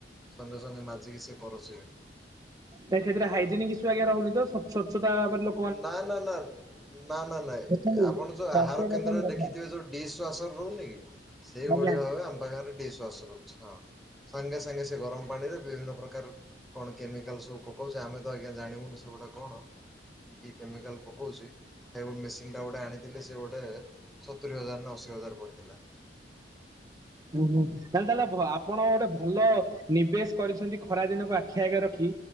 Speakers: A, in the centre; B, on the right.
A: ସଙ୍ଗେ ସଙ୍ଗେ ମାଜିକି ସିଏ ପରୋସିବେ।
B: ନାଇଁ ସେଥିରେ ହାଇଜେନିକ ଇସୁ ଆଜ୍ଞା ରହୁନି ତ ସ୍ୱଚ୍ଛତା ଭାବରେ ଲୋ
A: ନା ନା ନା, ନା ନା ନାଁ
B: ଦେଖନ୍ତୁ
A: ଆପଣ ଯୋଉ
B: ସ୍ୱାସ୍ଥ୍ୟ
A: ଆହାର
B: ଦେଖନ୍ତୁ
A: କେନ୍ଦ୍ରରେ
B: କଥା
A: ଦେଖିଥିବେ ଯୋଉ ଡିଶ ୱାସର ରହୁନି କି? ସେଇଭଳି
B: ଆଜ୍ଞା
A: ଭାବେ ଆମ ପାଖରେ ଶ୍ୱାସ ରହୁଚି ହଁ ସାଙ୍ଗେ ସାଙ୍ଗେ ସେ ଗରମ ପାଣିରେ ବିଭିନ୍ନ ପ୍ରକାର କଣ କେମିକାଲ ସ ମୁଁ କହୁଚି ଆମେ ଇଗା ଜାଣିବୁନି ସେଗୁଡା କଣ। କି କି କେମିକାଲ ପକଉଛି ହେ ମେସିନ ଟା ଗୋଟେ ଆଣିଥିଲେ ସେ ଗୋଟେ ସତୁରି ହଜାର ନା ଅଶୀ ହଜାର ପଡ଼ିଥିଲା।
B: ହୁଁ ହୁଁ, ତାହେଲେ ତ ଆପଣ ଗୋଟେ ଭଲ ନିବେଶ କରିଛନ୍ତି ଖରା ଦିନକୁ ଆଖି ଆଗରେ ରଖି